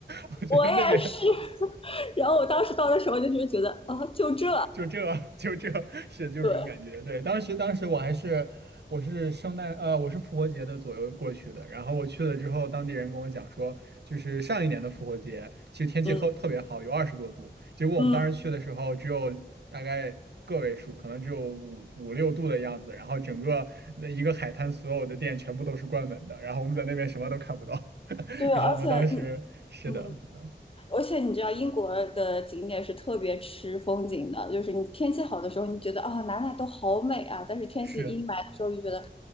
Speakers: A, on the right; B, on the left.
A: <laughs> 我觉得那边
B: 我也是。<laughs> 然后我当时到的时候，就是觉得，哦，就这，
A: 就这就这是就这种感觉。
B: 对，
A: 对，当时当时我还是我是圣诞呃我是复活节的左右过去的，然后我去了之后，当地人跟我讲说，就是上一年的复活节其实天气特特别好，
B: 嗯
A: 有二十多度，结果我们当时去的时候只有大概。
B: 嗯，
A: 个位数，可能只有五五六度的样子，然后整个的一个海滩所有的店全部都是关门的，然后我们在那边什么都看不到，<laughs>
B: 对，
A: 然后我们当时是的，
B: 而且，嗯嗯，
A: 嗯，
B: 而且你知道，英国的景点是特别吃风景的，就是你天气好的时候，你觉得啊、哪哪都好美啊，但是天气阴霾的时候，
A: 是。
B: 就觉得